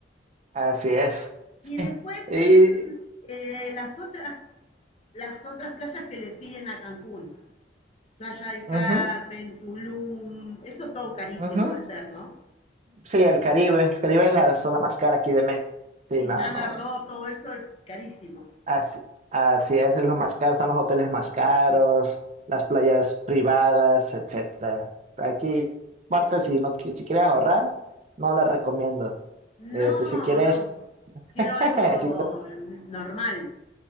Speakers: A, on the right; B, on the left.
A: así es.
B: Y después
A: Y,
B: en eh, las, otras, las otras playas que le siguen a Cancún, Playa del Carmen,
A: ujú,
B: Tulum, eso todo carísimo
A: ujú.
B: de ser, ¿no?
A: Sí, el Caribe, el Caribe es la zona más cara aquí de México. Sí,
B: Quintana
A: no, no.
B: Roo, todo eso es carísimo.
A: Así, así es, es lo más caro, son los hoteles más caros, las playas privadas, etcétera. Aquí, parte, si no qui- si quieres ahorrar, no la recomiendo. Este,
B: No,
A: si quieres,
B: no, quiero
A: <laughs>
B: algo
A: si
B: normal.